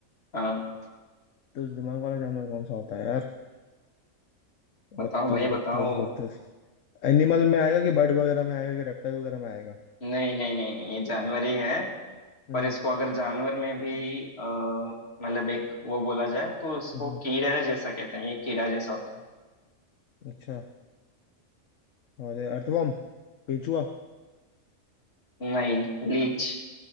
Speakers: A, on the left; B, on the left.
A: हाँ
B: बत्तीस दिमाग वाला जानवर कौन सा होता है यार
A: बताओ
B: बत्तीस
A: भाई बताओ
B: बत्तीस बत्तीस एनिमल में आएगा कि बर्ड वगैरह में आएगा कि रेप्टाइल वगैरह में आएगा
A: नहीं नहीं नहीं ये जानवर ही है
B: हम्म
A: पर इसको अगर जानवर में भी अ, मतलब एक वो बोला जाए तो इसको
B: हम्म, हम्म,
A: कीड़ा जैसा कहते हैं ये कीड़ा जैसा होता
B: अच्छा अरे अर्थवर्म केंचुआ
A: है नहीं लीच